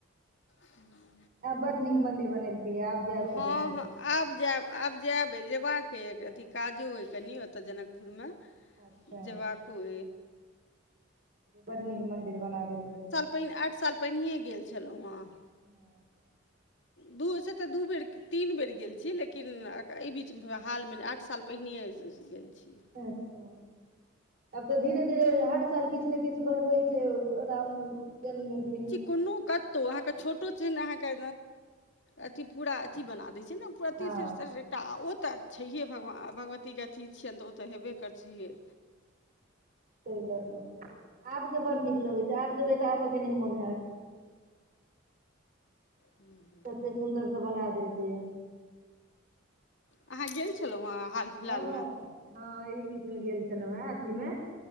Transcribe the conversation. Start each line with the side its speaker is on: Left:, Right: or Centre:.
Left: ह
Right: आब बड़ नीक मंदिर बनेलकै यए आब जायब तऽ
Left: हँ
Right: देखबै
Left: हँ आब जैब आब जैब जैबाक एइ
Right: हँ
Left: अथी काजो एइ कनि ओतय जनकपुरमे
Right: अच्छा
Left: जेबाको एय
Right: बड़ नीक मंदिर बना देलकैय
Left: आठ साल पहिनैए गेल छैलहुँ हँ
Right: ह
Left: दू से तऽ दू बेर तीन बेर गेल छीय लेकिन एहि बीच हालमे आठ साल पहिन गेल छीय
Right: अच्छा आब तऽ धीरे धीरे हर साल किछ ने किछ बढ़बै से राम जन्मदिन
Left: कुनू कतो अहाँके छोटो छिन अहाँके अथी पूरा अथी बना दैय छैय ना प्रति
Right: हँ
Left: स एकटा ओ तऽ छैहे भगवान भगवतीके अथी छियनि तऽ ओ तऽ हेबे कर छैहे
Right: ताहि लऽ कऽ, आबके बड् नीक लगैत छै आब जेबै तऽ आबके नै मोन हैत।
Left: हुं।
Right: एते सुंदर से बना देलकै ये
Left: आँहा गेल छलहुँ हँ। हाल फिलहालमे
Right: हँ हँ एहि बीचमे गेल छलहुँ हे अथि मे